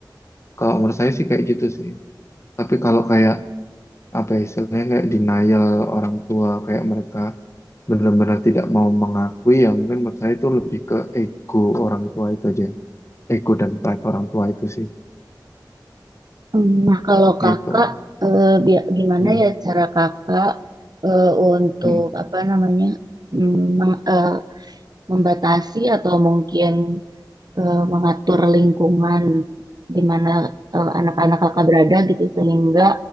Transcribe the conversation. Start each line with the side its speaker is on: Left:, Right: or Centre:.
Left: kalau menurut saya sih kayak gitu sih tapi kalau kayak apa ya, istilahnya kayak denial orang tua kayak mereka benar-benar tidak mau mengakui ya mungkin menurut saya itu lebih ke ego orang tua itu aja ego dan pride orang tua itu sih
Right: Hmm, Nah, kalau
Left: itu
Right: kakak eh, bi- gimana
Left: Hmm,
Right: ya cara kakak eh, untuk
Left: hmm.
Right: apa namanya? mm, meng- eh, membatasi atau mungkin eh, mengatur lingkungan di mana eh, anak-anak kakak berada gitu sehingga